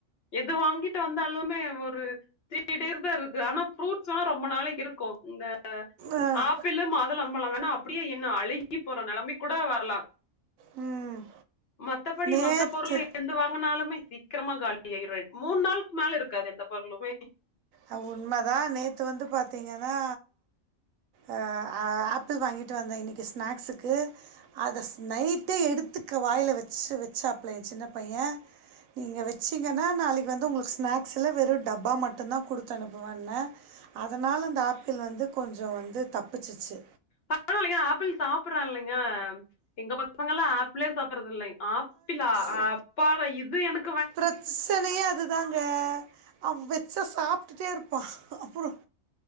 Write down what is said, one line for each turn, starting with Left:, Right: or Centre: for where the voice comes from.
Left: எது வாங்கிட்டு வந்தாலுமே ஒரு த்ரீ டேஸ் தா இருக்கு ஆனா ஃப்ரூட்ஸல்லா ரொம்ப நாளைக்கி இருக்கு இந்த த
Right: அஹ்,
Left: ஆப்பிலு மாதுளம்பழோ வேணா அப்பிடியே இன்னு அழுகி போற நெலமக்கூட வரலா
Right: ம்
Left: மத்தபடி
Right: நேற்று
Left: மத்த பொருள் எந்து வாங்குனாலுமே சீக்கிரமா காலிய ஆயிரு மூண் நாளுக்கு மேல இருக்காது எந்த பொருளுமே
Right: அ உண்மதா நேத்து வந்து பாத்தீங்கன்னா அ ஆ ஆப்பிள் வாங்கிட்டு வந்தே இன்னைக்கி ஸ்நாக்ஸுக்கு அத ஸ் நைட்டே எடுத்துக்க வாயில வச்சு வச்சாப்பல எ சின்ன பையே நீங்க வச்சிங்கன்னா நாளைக்கி வந்து உங்களுக்கு ஸ்நாக்ஸில வெறு டப்பா மட் ட்டுந்தா குடுத்து அனுப்புவேண்ண அதனால அந்த ஆப்பிள் வந்து கொஞ்சோ வந்து தப்பிச்சிச்சு
Left: பரவால்லைங்கா ஆப்பிள் சாப்புட்றா இல்லைங்க எங்க பசங்கல்லா ஆப்பிளே சாப்புட்றது இல்லைங்க ஆப்பிளா
Right: ஸோ
Left: அ அப்பாட இது எனக்
Right: பிரச்சனையே அதுதாங்க அவ வெச்சு சாப்பிட்டுட்டே இருப் ப்பா அப்புறம்